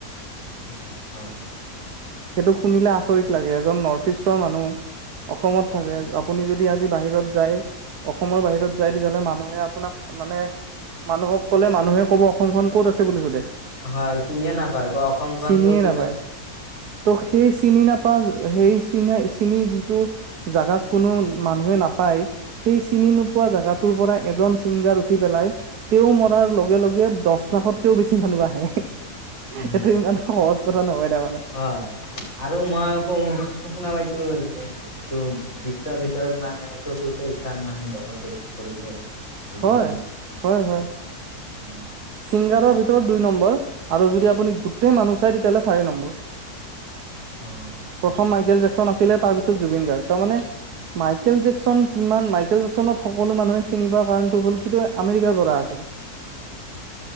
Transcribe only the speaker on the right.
সেইটো শুনিলে আচৰিত লাগে এজন নৰ্থ ইষ্টৰ মানুহ অসমত থাকে আপুনি যদি আজি বাহিৰত যায় অসমৰ বাহিৰত যায় তেতিয়াহ'লে মানুহে আপোনাক মানে মানুহক কলে মানুহে কব অসমখন ক'ত আছে বুলি সোধে?
চিনিয়ে
নাপায়।
ত, সেই চিনি নাপাও সেই চ চিনি যিটো জাগা কোনো মানুহে নাপায় সেই চিনি নোপোৱা জেগাটোৰ পৰা এজন ছিংগাৰ উঠি পেলাই তেও মৰাৰ লগে - লগে দহ লাখতকেও বেছি মানুহ আহে
সেইটো ইমান সহজ কথা নহয় তাৰমানে
হয়
- হয়
সিংগাৰৰ ভিতৰত দুই নম আৰু যদি আপুনি গোটেই মানুহ চায় চাৰি নম্বৰ।
প্ৰথম মাইকেল জেকচন আছিলে তাৰ পিছত জুবিন গাৰ্গ তাৰ মানে মাইকেল জেকচন কিমান মাইকেল জেকচনত সকলো মানুহে চ নিবা কাৰণটো হ'ল কিন্তু আমেৰিকাৰ পৰা আছিল।